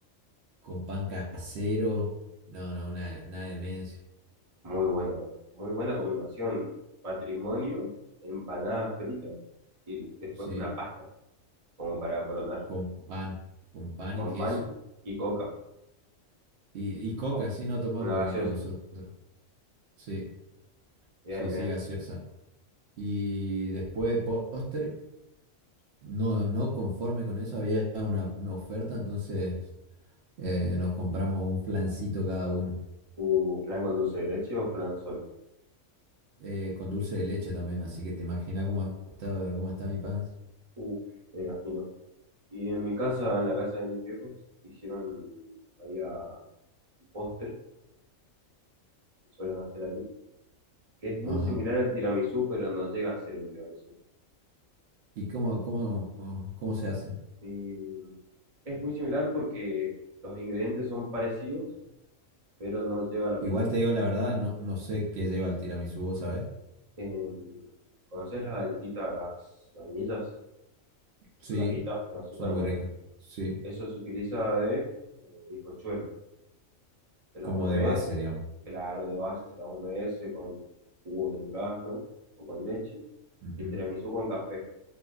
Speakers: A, on the right; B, on the right.
A: con pan casero. No, no, una, una demencia.
B: Muy buena, muy buena combinación. Patrimonio, empanadas fritas y después
A: Sí,
B: una pasta, como para coronar,
A: con pan, con pan
B: con
A: y queso.
B: pan y coca.
A: Y, y coca,
B: Oh,
A: sí, no tomamos
B: una gaseosa.
A: vino nosotros. Sí,
B: Bien,
A: sí,
B: bien.
A: sí, gaseosa. Y después de postre, no, no conforme con eso, había una, una oferta, entonces... Eh, nos compramos un flancito cada uno.
B: Uh, flan con dulce de leche o flan solo.
A: Eh, con dulce de leche también, así que te imaginas cómo está, cómo está mi pan.
B: Uf, me imagino. Y en mi casa, en la casa de mis viejos, hicieron, había un postre que suelen hacer ahí, que es muy
A: Ajá.
B: similar al tiramisú, pero no llega a ser un tiramisú.
A: ¿Y cómo, cómo, cómo se hace?
B: Y es muy similar porque los ingredientes son parecidos pero no lleva lo mismo.
A: Igual te digo la verdad, no, no sé qué lleva el tiramisú, ¿vos ¿sabes?
B: Eh, ¿conoces las galletitas, las vainillas?
A: Sí,
B: Son larguitas con azúcar,
A: son muy
B: bueno.
A: ricas. Sí,
B: Eso se utiliza de eh, bizcochuelo. Se las
A: como
B: humede,
A: de base, digamos.
B: claro, de base se las humedece con jugo de durazno o con leche.
A: Ujú.
B: Y el tiramisú con café.